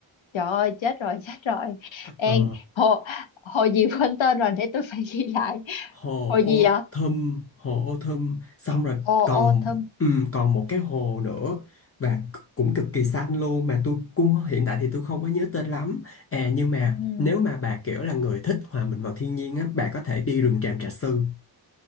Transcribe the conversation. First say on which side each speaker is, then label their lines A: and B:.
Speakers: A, on the left; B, on the left.
A: Trời ơi chết rồi <laughs> chết rồi Ê
B: Ờ,
A: hồ, hồ gì quên tên rồi để tôi phải ghi lại
B: hồ
A: Hồ gì
B: Ô
A: ạ
B: Thâm hồ Ô Thâm xong rồi
A: Hồ
B: còn
A: Autumn
B: ừ, còn một cái hồ nữa và c- cũng cực kỳ xanh luôn mà tôi cũng hiện tại thì tôi không có nhớ tên lắm à nhưng mà
A: ừ.
B: nếu mà bà kiểu là người thích hòa mình vào thiên nhiên á bà có thể đi rừng Tràm Trà Sư